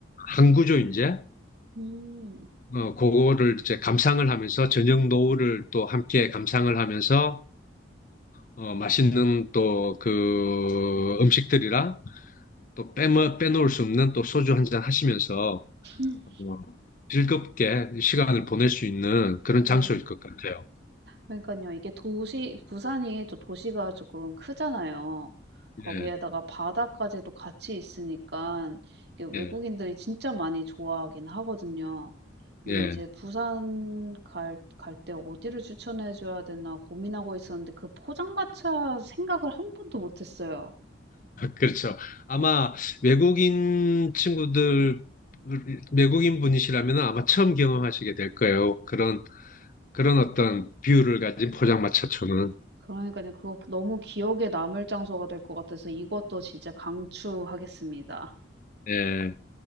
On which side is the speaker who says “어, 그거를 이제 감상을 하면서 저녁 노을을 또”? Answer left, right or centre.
Left